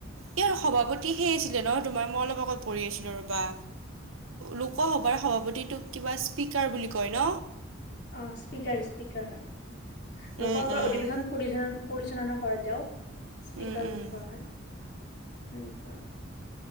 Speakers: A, on the right; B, on the left.
A: ইয়াৰ সভাপতি সেই আছিলে ন তোমাৰ মই অলপ আগত পঢ়ি আছিলোঁ ৰ'বা লোকসভাৰ সভাপতিটোক কিবা স্পীকাৰ বুলি কয় ন।
B: অ', স্পীকাৰ স্পীকাৰ হয়। লোকসভাৰ
A: উম উম
B: অধিৱেশন পৰিচ পৰিচালনা কৰে তেওঁ। স্পীকাৰ
A: উম উম
B: বুলি কোৱা হয়, সেনেকুৱা আৰু।